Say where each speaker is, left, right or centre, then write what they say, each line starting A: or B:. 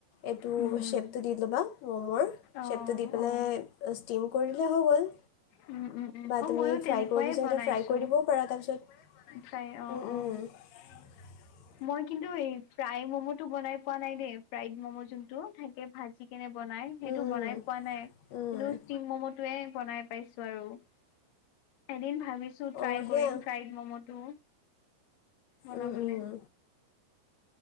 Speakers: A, on the left; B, on the left.
A: এইটো
B: উম, উম,
A: শ্বেপটো দি ল'বা মমৰ
B: অ',
A: শ্বেপটো দি পেলাই
B: অ'।
A: ষ্টিম কৰি দিলেই হৈ গ'ল
B: উম, উম, উম,
A: বা
B: অ',
A: তুমি
B: মইয়ো তেনেকুৱাই
A: ফ্ৰাই কৰিব বিচাৰিলে
B: বনাইছো
A: ফ্ৰাই কৰি দিবও পাৰা তাৰপিছত
B: ফ্ৰাই অ',
A: <unintelligible> উম
B: অ'।
A: উম
B: মই কিন্তু এই ফ্ৰাই ম'ম' টো বনাই পোৱা নাই দেই ফ্ৰাইড ম'ম' যোনটো থাকে ভাজি কেনে বনাই সেইটো
A: উম, উম,
B: বনাই পোৱা নাই কিন্তু
A: উম।
B: ষ্টিম ম'ম' য়ে বনাই পাইছো আৰু--এদিন ভাবিছো ট্ৰাই
A: অ', সেয়া।
B: কৰিম ফ্ৰাইড ম'ম' টো বনাবলৈ
A: উম, উম।